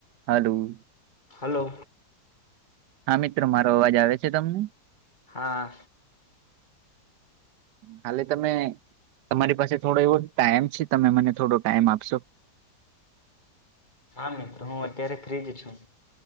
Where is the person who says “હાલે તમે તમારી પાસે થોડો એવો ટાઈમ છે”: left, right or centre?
Right